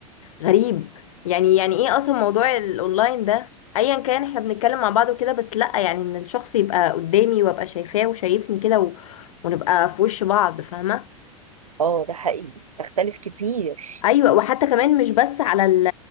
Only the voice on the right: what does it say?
اه ده حقيقي تختلف كتير